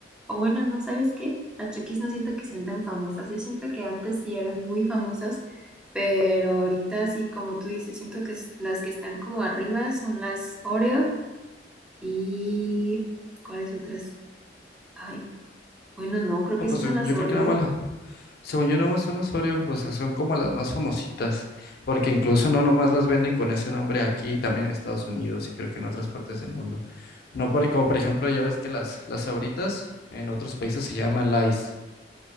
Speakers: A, in the centre; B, on the left (about 60°).
A: O bueno, no, ¿sabes qué? Las Chokis no siento que sean tan famosas. Yo siento que antes sí eran muy famosas, pero ahorita sí, como tú dices, siento que es- las que están como arriba son las Oreo y... ¿Cuáles otras? Ay, bueno, no, creo
B: No,
A: que
B: pues
A: sí son
B: yo, yo
A: las Oreo,
B: creo que nada
A: ¿eh?
B: más la- Según yo, nada más son las Oreo, o sea, son como las más famositas, porque incluso no nomás las venden con ese nombre aquí, también en Estados Unidos y creo que en otras partes del mundo. No, por como por ejemplo, ya ves que las, las Sabritas en otros países se llaman Lays.